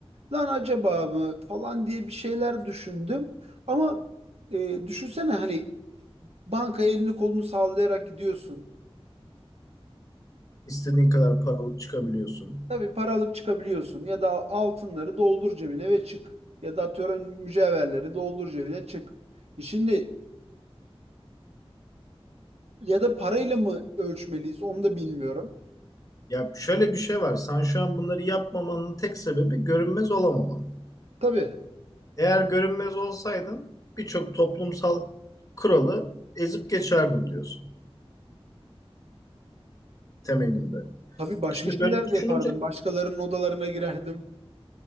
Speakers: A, on the right; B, on the left.
A: lan acaba mı falan diye bir şeyler düşündüm. Ama e, düşünsene hani bankaya elini kolunu sallayarak gidiyorsun.
B: İstediğin kadar paralık çıkabiliyorsun.
A: Tabii para alıp çıkabiliyorsun ya da altınları doldur cebine ve çık. Ya da atıyorum mücevherleri doldur cebine çık. E şimdi Ya da parayla mı ölçmeliyiz onu da bilmiyorum.
B: Ya şöyle bir şey var. Sen şu an bunları yapmamanın tek sebebi görünmez olamaman.
A: Tabii.
B: Eğer görünmez olsaydın birçok toplumsal kuralı ezip geçerdim diyorsun temelinde.
A: Tabii başka
B: Şimdi
A: şeyler
B: böyle
A: de yapardım.
B: düşününce
A: Başkalarının odalarına girerdim.